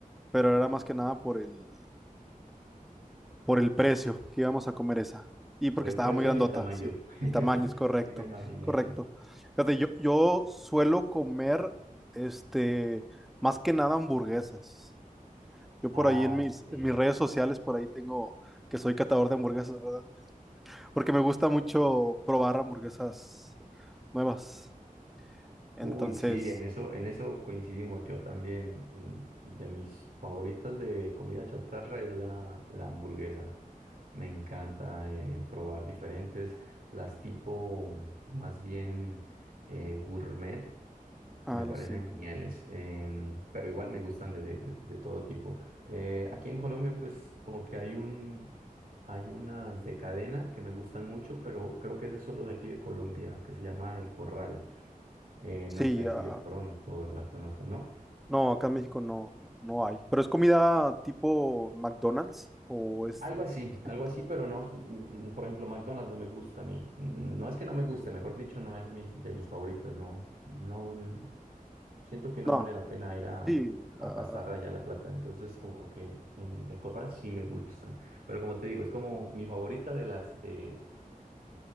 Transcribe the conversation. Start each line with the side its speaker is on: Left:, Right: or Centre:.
Centre: pero era más que nada por el, Por el precio que íbamos a comer esa. Y porque
Right: por el
Centre: estaba
Right: precio
Centre: muy grandota,
Right: y el tamaño?
Centre: sí.
Right: <laughs>
Centre: El tamaño es correcto,
Right: Sí, me imaginé.
Centre: correcto. Fíjate, yo, yo suelo comer, este, más que nada hamburguesas. Yo
Right: Ah,
Centre: por ahí en mis,
Right: sí.
Centre: en mis redes sociales, por ahí tengo que soy catador de hamburguesas, ¿verdad? Porque me gusta mucho probar hamburguesas nuevas. Entonces,
Right: Uy, sí, en eso, en eso coincidimos. Yo también, mm, de mis favoritas de comida chatarra es la, la hamburguesa. Me encanta eh, probar diferentes, las tipo más bien eh, gourmet,
Centre: a
Right: me
Centre: los
Right: parecen
Centre: cinco.
Right: geniales,
Centre: ¿no?
Right: em, pero igual me gustan de, de- de- de todo tipo. Eh, aquí en Colombia, pues como que hay un, hay unas de cadena que me gustan mucho, pero creo que ese es solo de aquí de Colombia, que se llama El Corral eh,
Centre: Sí,
Right: no sé
Centre: ah,
Right: si de pronto la conozco, ¿no?
Centre: no, acá en México no, no, no hay. Pero es comida tipo McDonald's o es
Right: Algo así,
Centre: distinto?
Right: algo así, pero no, mm, por ejemplo, McDonald's no me gusta a mí. Mm, No es que no me guste, mejor dicho, no es mis, de mis favoritas, no, no, mm, siento que no
Centre: No,
Right: vale la pena ir a,
Centre: sí,
Right: a
Centre: ah,
Right: gastar allá la plata. Entonces, como que en el Corral sí me gustan. Pero como te digo, es como mi favorita de las de,